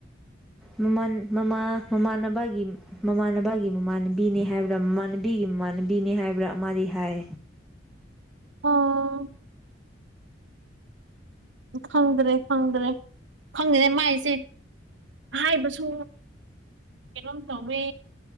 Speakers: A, in the centre; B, on the right (about 80°).
A: ꯃꯃꯥꯟ ꯃꯃꯥ ꯃꯃꯥꯟꯅꯕꯒꯤ ꯃꯃꯥꯟꯅꯕꯒꯤ ꯃꯃꯥꯟꯅꯕꯤꯅꯦ ꯍꯥꯏꯕ꯭ꯔꯥ ꯃꯃꯥꯟꯅꯕꯤꯒꯤ ꯃꯃꯥꯟꯅꯕꯤꯅꯦ ꯍꯥꯏꯕ꯭ꯔꯥ ꯑꯃꯗꯤ ꯍꯥꯏ
B: ꯑꫭ ꯑꯗꯨ ꯈꯪꯗ꯭ꯔꯦ ꯈꯪꯗ꯭ꯔꯦ ꯈꯪꯗꯦꯅꯦ ꯃꯥꯏꯁꯦ ꯍꯥꯏꯕꯁꯨ ꯀꯩꯅꫭꯝ ꯇꯧ ꯋꯦ